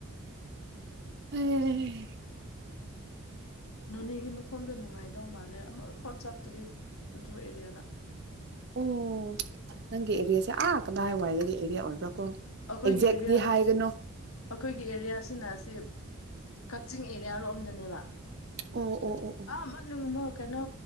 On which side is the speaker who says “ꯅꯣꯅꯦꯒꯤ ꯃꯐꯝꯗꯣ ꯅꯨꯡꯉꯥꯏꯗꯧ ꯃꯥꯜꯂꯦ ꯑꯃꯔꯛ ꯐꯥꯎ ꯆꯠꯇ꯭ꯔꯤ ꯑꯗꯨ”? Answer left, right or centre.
Left